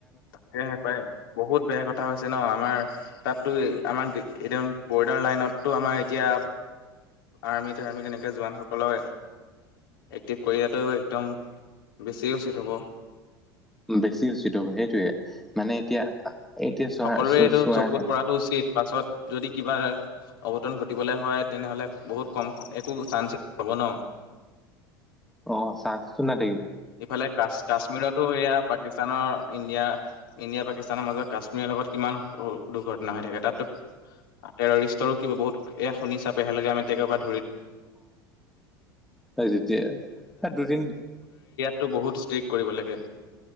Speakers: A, on the left (about 65°); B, in the centre.
A: তাকেহে পায় বহুত বেয়া কথা হৈছে ন আমাৰ তাত - আমাৰ এদ বৰ্ডাৰ লাইনতো আমাৰ এতিয়া। আৰ্মি আৰ্মি তেনেকৈ জোৱানসকলক এক্টিভ কৰি দিয়াতটোও একদম বেছিয়ে উচিত হ'ব।
B: উম বেছি হৈছে সেইটোৱেই মানে এতিয়া এতিয়া চোৱা
A: সকলোৰে
B: চ
A: এইটো
B: চোৱা
A: চকুত
B: হা
A: পৰাটো উচিত পাছত যদি কিবা অঘটন ঘটিবলৈ হয় তেনেহ'লে বহুত কম একো চান্সে হ'ব ন
B: অ চাওকচোন আ-
A: ইফালে কা কাশ্মীৰতো, এয়া পাকিস্তানৰ ইণ্ডিয়া-ইণ্ডিয়া পাকিস্তানৰ মাজত কাশ্মীৰৰ লগত কিমান দুৰ্ঘটনা হৈ থাকে। তাতো টৰৰিষ্টৰো কিব বহুত এ শুনি চােহে লগে আমি তে -
B: অ, যেতিয়া দুদিন
A: টো বহুত ষ্ট্ৰিক কৰিব লাগে।